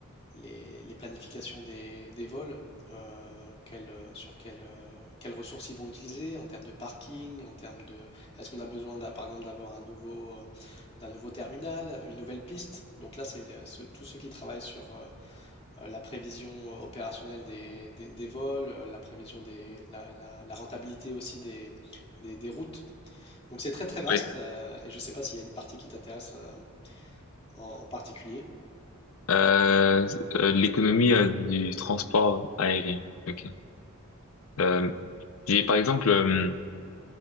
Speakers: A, on the left (about 30°); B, on the left (about 70°).
A: les, les planifications des, des vols, euh, quelles, euh, sur quelles, euh, quelles ressources ils vont utiliser en termes de parking, en termes de... Est-ce qu'on a besoin d'a- par exemple d'avoir un nouveau, euh, d'un nouveau terminal, une nouvelle piste? Donc là, c'est le- ce- tous ceux qui travaillent sur, euh, euh, la prévision euh, opérationnelle des, des- des vols, euh, la prévision des, la, la- la rentabilité aussi des, des- des routes. Donc c'est très très vaste
B: ouais.
A: euh, et je ne sais pas s'il y a une partie qui t'intéresse euh, en, en particulier.
B: Euh, euh, l'économie euh, du transport aérien. Ok. Euh, j'ai par exemple euh,